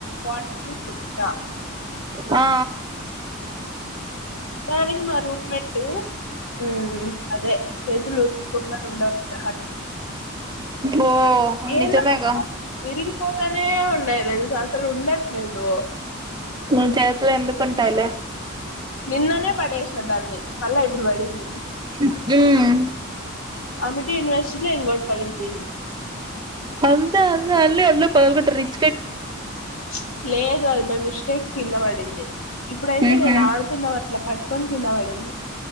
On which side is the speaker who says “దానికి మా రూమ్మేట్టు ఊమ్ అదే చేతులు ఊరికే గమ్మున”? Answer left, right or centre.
Left